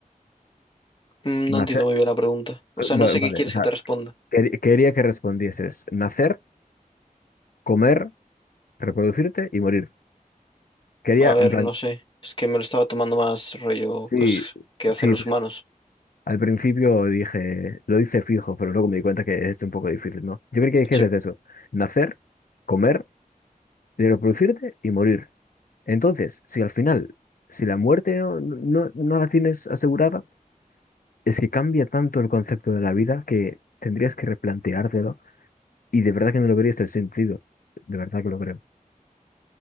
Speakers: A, on the left (about 35°); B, on the left (about 75°).
A: Mm,
B: nacer,
A: No entiendo muy bien la pregunta. O
B: eh,
A: sea,
B: va-
A: no sé
B: vale,
A: qué quieres
B: o sea,
A: que te responda.
B: quer- quería que respondieses nacer, comer, reproducirte y morir. Quería,
A: A ver,
B: en plan,
A: no sé. Es que me lo estaba tomando más rollo
B: sí,
A: cosas que hacen
B: sí.
A: los humanos.
B: Al principio dije, lo hice fijo, pero luego me di cuenta que es un poco difícil, ¿no? Yo creo que dijese
A: Sí.
B: eso, nacer, comer de reproducirte y morir. Entonces, si al final, si la muerte no, no, no la tienes asegurada, es que cambia tanto el concepto de la vida que tendrías que replanteártelo y de verdad que no lo verías el sentido. De verdad que lo creo.